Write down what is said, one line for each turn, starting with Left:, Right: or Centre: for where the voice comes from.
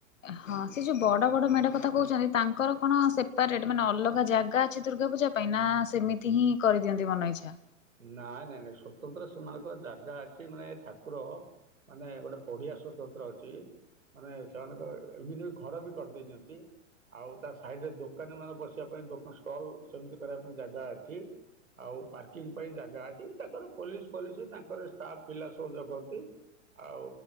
Left: ହଁ ସେ ଯୋଉ ବଡ଼ ବଡ଼ ମେଢ଼ କଥା କୋହୁଚନ୍ତି ତାଙ୍କର କଣ ସେପାରେଟ ମାନେ ଅଲଗା ଜାଗା ଅଛି ଦୁର୍ଗା ପୂଜା ପାଇଁ ନାଁ ସେମିତି ହିଁ କରିଦିଅନ୍ତି ମନ ଇଚ୍ଛା।
Right: ନାଇଁ ନାଇଁ ନାଇଁ ସ୍ୱତନ୍ତ୍ର ସେମାନଙ୍କର ଜାଗା ଅଛି ମାନେ ଠାକୁର ମାନେ ଗୋଟେ ପଡ଼ିଆ ସ୍ୱତନ୍ତ୍ର ଅଛି ମାନେ ସେମାନଙ୍କର ଇଭିନ୍ ବି ଘର ବି କରିଦେଇଚନ୍ତି। ଆଉ ତା ସାଇଡ଼ରେ ଦୋକାନୀ ମାନ ବସିବା ପାଇଁ ଦୋକାନ ଷ୍ଟଲ ସେମତି କରିବା ପାଇଁ ଜାଗା ଅଛି। ଆଉ ପାର୍କ କିଙ୍ଗ ପାଇଁ ଜାଗା ଅଛି। ତାଙ୍କର ପୋଲିସ ପୋଲିସ ତାଙ୍କର ଷ୍ଟାଫ୍ ପିଲା ସବୁ ଜଗନ୍ତି। ଆଉ